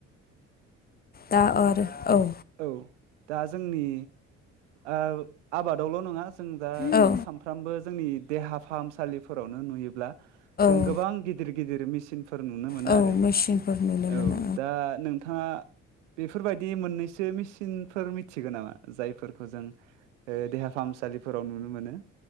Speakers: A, on the left; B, on the right.
A: दा आरो औ।
B: औ दा जोंनि ओ आबादावल' नङा। जों दा
A: औ
B: सामफ्रामबो जोंनि देहा फाहामसालिफोरावनो नुयोब्ला। जों
A: औ
B: गोबां गिदिर गिदिर मेसिन फोर नुनो मोनो
A: औ
B: आरो
A: मेचिनफोर नुनो
B: औ
A: मोनो
B: दा नोंथाङा बेफोरबायदि मोननै सो मिसिनफोर मिथिगौ नामा जायफोरखौ जों ओ देहा फाहामसालिफोराव नुनो मोनो।